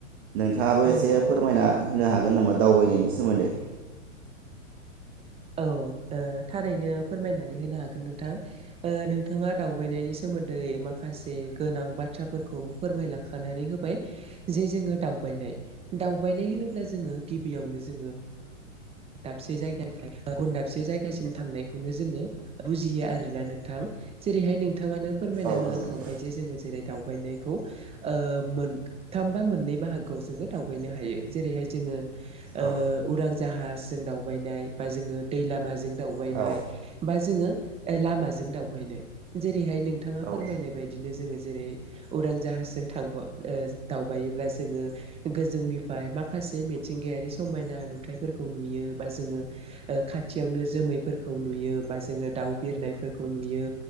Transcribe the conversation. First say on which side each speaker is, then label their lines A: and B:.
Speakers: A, on the right; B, on the right.
A: नोंथाङाबो
B: औ
A: एसे
B: नंगौ नोंथां
A: फोरमायना होनो हागोन नामा दावबायनायनि सोमोन्दै
B: औ थारैनो फोरमायनानै होनो हागोन नोंथां ओ नोंथाङा दावबायनायनि सोमोन्दै माखासे गोनां बाथ्राफोरखौ फोरमायलांखानानै होबाय जे जोङो दाउ दावबायनाय दावबायनाय होनोब्ला जोङो गिबियावनो जोङो दाबसे जायगानिफ्राय गुबन दाबसे जायगासिम थांनायखौनो जोङो बुजियो आरोना नोंथां जेरैहाय नोंथाङानो फोरमायना
A: औ
B: होलांखांबाय
A: नंगौ नंगौ
B: जे जोङो जेरै दावबायनाय खौ मोनथाम बा मोननै बाहागोआव जोङो दावबायनो हायो जेरैहाय जोङो ओ
A: औ
B: उरां जाहाजजों दावबायनाय बा जोङो दै लामाजों दावबायनाय
A: औ
B: बा जोङो लामाजों दावबायनाय जेरैहाय नोंथाङा
A: औ
B: फोरमायनाय बायदिनो जोङो जेरै उरां जाहाजजों थां दावबायोब्ला जोङो गोजौनिफ्राय माखासे मिथिंगायारि समायना नुथायफोरखौ नुयो बा जोङो खाथियावनो जोमैफोरखौ नुयो बा जोङो दाउ बिरनायफोरखौ नुयो